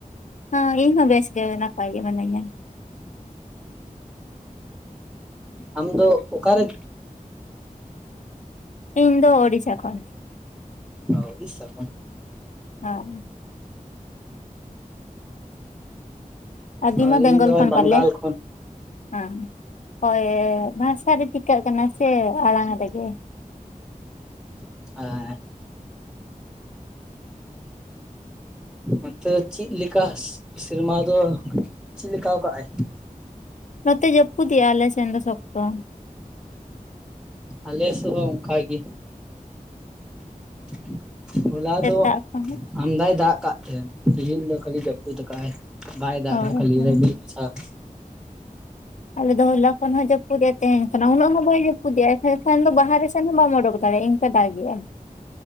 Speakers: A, on the left; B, in the centre.
A: ᱦᱚᱸ ᱤᱧᱦᱚ ᱵᱮᱥ ᱜᱮ ᱱᱟᱯᱟᱭ ᱜᱮ ᱢᱟᱱᱮᱧᱟ ᱾
B: ᱟᱢ ᱫᱚ ᱚᱠᱟᱨᱮ?
A: ᱤᱧ ᱫᱚ ᱩᱲᱤᱥᱟ ᱠᱷᱚᱱ ᱾
B: ᱦᱚ ᱩᱲᱤᱥᱟ ᱠᱷᱚᱱ ᱾
A: ᱦᱚᱸ ᱾ ᱟᱵᱤᱱ
B: ᱟᱨ
A: ᱢᱟ ᱵᱮᱝᱜᱚᱞ
B: ᱤᱧ ᱫᱚ
A: ᱠᱷᱟᱱ
B: ᱵᱟᱝᱜᱟᱞ
A: ᱯᱟᱞᱮ?
B: ᱠᱷᱚᱱ
A: ᱦᱮᱸ ᱦᱚᱭᱻ ᱵᱷᱟᱥᱟ ᱨᱮ ᱴᱷᱤᱠᱟᱹᱜ ᱠᱟᱱᱟ ᱥᱮ ᱟᱲᱟᱝ ᱨᱮᱜᱮ ᱾
B: <unintelligible> ᱚᱱᱛᱮ ᱪᱮᱫ ᱞᱮᱠᱟ ᱥᱮᱨᱢᱟ ᱫᱚ ᱪᱮᱫ ᱞᱮᱠᱟ ᱠᱟᱜᱼᱟᱭ?
A: ᱱᱚᱛᱮ ᱡᱟᱹᱯᱩᱫᱮᱜᱼᱟᱭ ᱟᱞᱮ ᱥᱮᱱ ᱫᱚ ᱥᱚᱠᱛᱚ ᱾
B: ᱟᱞᱮ ᱥᱮᱫᱦᱚᱸ ᱚᱱᱠᱟ ᱜᱮ ᱾ ᱦᱚᱞᱟ
A: ᱥᱮᱛᱟᱜ
B: ᱫᱚ
A: ᱠᱷᱚᱱ
B: ᱟᱢᱫᱟᱭ ᱫᱟᱜ ᱟᱠᱟᱫ ᱛᱟᱦᱮᱸᱱ ᱛᱮᱦᱧ ᱫᱚ ᱠᱷᱟᱹᱞᱤ ᱡᱟᱹᱯᱩᱫ ᱟᱠᱟᱜᱼ ᱟᱭ ᱾ ᱵᱟᱭ ᱫᱟᱜ
A: ᱦᱳᱭ
B: ᱠᱷᱟᱹᱞᱤ
A: ᱦᱳᱭ
B: ᱨᱮᱢᱤᱞ ᱢᱟᱪᱷᱟ ᱾
A: ᱟᱞᱮ ᱫᱚ ᱦᱚᱞᱟ ᱠᱷᱚᱱ ᱦᱚᱸ ᱡᱟᱹᱯᱩᱫᱮᱟᱭ ᱾ ᱛᱟᱦᱮᱱ ᱠᱟᱱᱟ ᱩᱱᱟᱹᱜ ᱦᱚᱸ ᱵᱟᱭ ᱡᱯᱩᱫᱮᱜᱼᱟ ᱮᱱᱠᱷᱟᱱ ᱫᱚ ᱵᱟᱦᱟᱨᱮ ᱥᱮᱫ ᱦᱚᱸ ᱵᱟᱢ ᱚᱰᱚᱠ ᱫᱟᱲᱮᱭᱟᱜᱼᱟ ᱾ ᱫᱟᱜᱮᱜᱼᱟᱭ ᱾